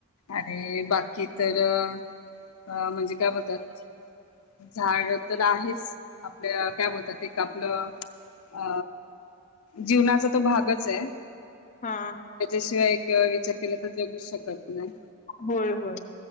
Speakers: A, on the left; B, on the left.
A: अरे बाकी तर अ म्हणजे काय बोलतात झाड तर आहेच आपल्या काय बोलतात एक आपलं अ जीवनाचा तो भागच आहे.
B: हां.
A: शिवाय एक विचार केला तर जगूच शकत नाही
B: होय होय